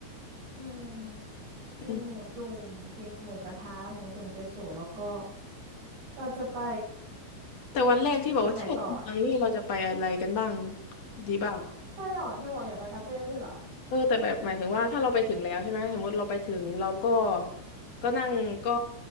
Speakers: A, on the right (about 65°); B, on the left (about 50°).
A: อืมกินหมูจุ่มกินหมูกระทะหมูจุ่มเจโสแล้วก็
B: อืม
A: เราจะไป
B: แต่วันแรกที่บอกว่าเที่ยวเมืองนี่เราจะไปอะไรกันบ้าง
A: ไปไหนต่ออะ
B: ดีบ้าง
A: เธออยากเธอบอกอยากไปคาเฟ่ไม่ใช่เหรอ
B: เออแต่แบบหมายถึงว่าถ้าเราไปถึงแล้วใช่ไหมสมมติเราไปถึงเราก็ก็นั่งก็